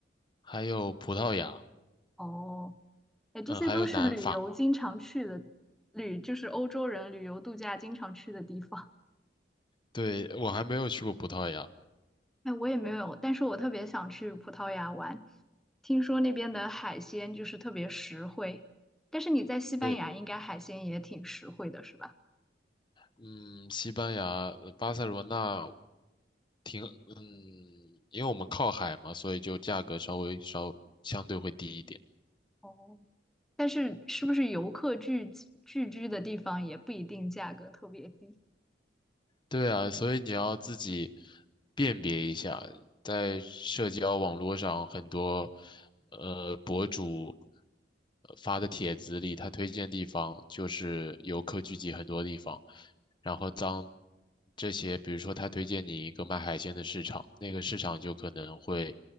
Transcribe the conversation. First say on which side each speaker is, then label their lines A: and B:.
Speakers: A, on the left; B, in the centre.
A: 还有葡萄牙，
B: 哦，哎，这些都是旅游经常去的，
A: 嗯、还有南法。
B: 旅就是欧洲人旅游度假经常去的地方。
A: 对，我还没有去过葡萄牙。
B: 哎，我也没有，但是我特别想去葡萄牙玩，听说那边的海鲜就是特别实惠，但是你在西班牙应该海鲜也挺实惠的，
A: 对，
B: 是吧？
A: 嗯，西班牙，呃巴塞罗那挺，嗯，因为我们靠海嘛，所以就价格稍微稍相对会低一点。
B: 哦，但是是不是游客聚集聚居的地方也不一定价格特别低？
A: 对啊，所以你要自己辨别一下，在社交网络上很多呃博主呃发的帖子里，他推荐地方就是游客聚集很多地方，然后当这些，比如说他推荐你一个卖海鲜的市场，那个市场就可能会